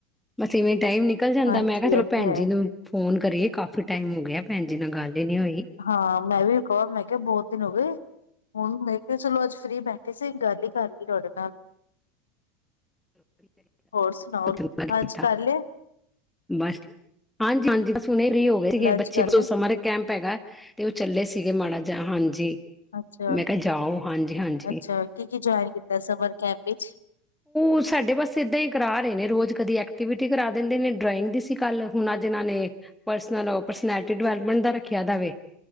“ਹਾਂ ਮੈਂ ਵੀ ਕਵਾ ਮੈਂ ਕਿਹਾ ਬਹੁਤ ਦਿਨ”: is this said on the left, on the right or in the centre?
Left